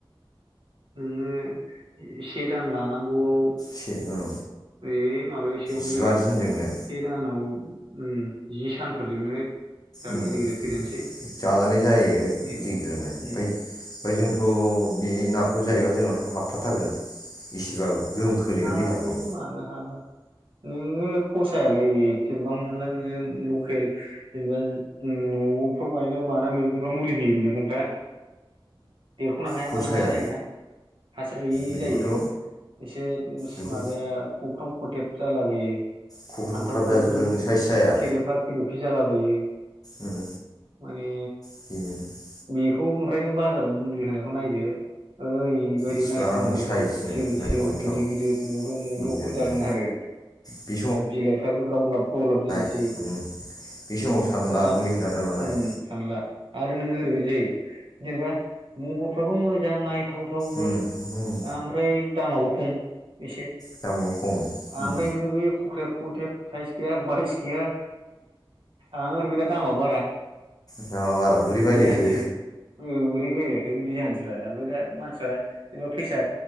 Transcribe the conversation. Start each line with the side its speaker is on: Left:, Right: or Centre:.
Right: नोङो से दान लानांगौआव
Left: से औ।
Right: बे माबा सेयावनो
Left: जिबा
Right: से
Left: दिनजोंनो
Right: दानाव ओम जि सानफोरजोंनो दा
Left: ओम
Right: गिदिर गिदिर फेदेरनोसै
Left: जाजानाय जायो,
Right: बेनो
Left: गिदिर गिदिरनो ओमफ्राय
Right: उम
Left: ओमफ्राय जोंथ'
Right: उम
Left: बे नाखौ जायोबा जोंनावथ' हाबफाथारगोन इसेबाबो गोहोम खोलैगोन
Right: हाबो
Left: देहाखौ
Right: मानो हाबा। नोंनो फसायालै, जेनेबा हमना ला नोङो लकेल जेनेबा न'आवफ्राव गायनाय मानाय मैगंफ्रा मुलि होयै मैगंफ्रा। देरख'नो हाया
Left: फसाया
Right: मानो हाया जायोना हासार गैयि
Left: बिदिखौथ'
Right: जायो। एसे <unintelligible>
Left: बेखौ
Right: माबाया खख्रां खथेब जालाबायो।
Left: खख्रि
Right: फानथावफ्राबो
Left: खख्राब जाजोबो
Right: नों
Left: साइस जाया
Right: खेरेफा खेरेफि जालाबायो।
Left: ओम।
Right: माने
Left: <unintelligible>
Right: बेखौ ओमफ्राय नों बाजाराव मुलि होनायखौ नायदो ओरै बायदि
Left: इसिबां
Right: नायथाव नायथाव
Left: साइसनो
Right: सिल
Left: नायथाव
Right: सिल
Left: नायथाव
Right: गिदिर गिदिर मद' मद'
Left: गिदिरनो
Right: जागोन आरो
Left: बे
Right: बिलाइफ्राबो गावलाब गावलाब जानोसै।
Left: ओम बे समाव सानला
Right: दा
Left: मुलि होनाय ना मानाय।
Right: उम सानला आरो नोङो ओरैबायदि जायो जेनेबा महरफ्राबो मोजां नाय थाव थावबो
Left: उम उम
Right: आमफ्राय दामाबो खम एसे
Left: दामाव खम उम
Right: आमफ्राय नोङो बे खुख्रेब खथेब साइस गैया बायस गैया आरो बेना दामा बारा
Left: दामा बारा बोरै बायलायखो
Right: बिदि जानोसै। औ बोरै बायलायखो बिदि जानोसैलाय आमफ्राय दा मानसिफ्रा जेनेबा फैसा